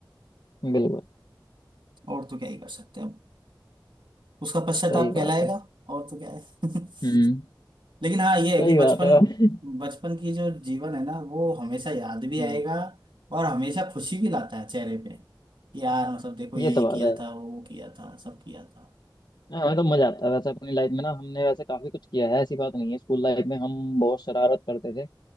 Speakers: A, on the left (about 65°); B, on the right (about 80°).
A: बिल्कुल
B: और तो क्या ही कर सकते हैं हम उसका पश्चाताप
A: सही बात
B: कहलाएगा
A: है
B: और तो क्या है <laughs>
A: हम्म
B: लेकिन हाँ ये है
A: सही
B: कि बचपन
A: बात है
B: बचपन की जो जीवन है ना वो हमेशा याद भी
A: हम्म
B: आएगा और हमेशा खुशी भी लाता है चेहरे पे कि यार मतलब देखो
A: ये
B: ये ये
A: तो बात
B: किया
A: है
B: था वो वो किया था सब किया था
A: हाँ हाँ, तो मजा आता है वैसे अपनी लाइफ में ना हमने वैसे काफी कुछ किया है ऐसी बात नहीं है स्कूल लाइफ में हम बहुत शरारत करते थे